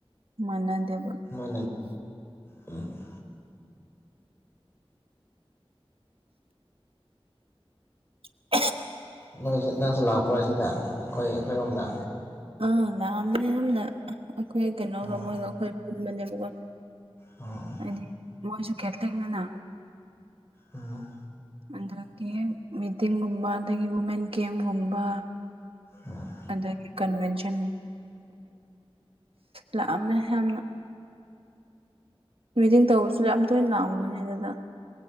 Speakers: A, on the right; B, on the left.
A: ꯃꯅꯗꯦꯕ
B: ꯅ ꯎꯝ
A: <unintelligible>
B: ꯅꯪ ꯅꯪꯁꯨ ꯂꯥꯛꯄ ꯑꯁꯤꯗ ꯑꯩꯈꯣꯏ ꯑꯩꯈꯣꯏꯔꯣꯝꯗ
A: ꯑꯥ ꯂꯥꯛꯑꯃꯦ ꯌꯥꯝꯅ ꯑꯩꯈꯣꯏ ꯀꯩꯅꯣꯒ
B: ꯑꯣ
A: ꯃꯣꯏꯒ ꯑꯩꯈꯣꯏ ꯄꯨꯟꯕꯅꯦꯕꯀꯣ
B: ꯑꯣ
A: ꯍꯥꯏꯗꯤ ꯃꯣꯏꯁꯨ ꯀꯦꯠꯂꯤꯛꯅꯤꯅ
B: ꯎꯝ
A: ꯑꯗꯒꯤ ꯃꯤꯇꯤꯡꯒꯨꯝꯕ ꯑꯗꯒꯤ ꯋꯨꯃꯦꯟ ꯀꯦꯝꯒꯨꯝꯕ
B: ꯑ
A: ꯑꯗꯒꯤ ꯀꯟꯚꯦꯟꯁꯟ ꯂꯥꯛꯑꯝꯅ ꯌꯥꯝꯅ ꯃꯤꯇꯤꯡ ꯇꯧꯕꯁꯨ ꯌꯥꯝ ꯇꯣꯏꯅ ꯂꯥꯛꯑꯝꯕꯅꯦ ꯑꯗꯨꯗ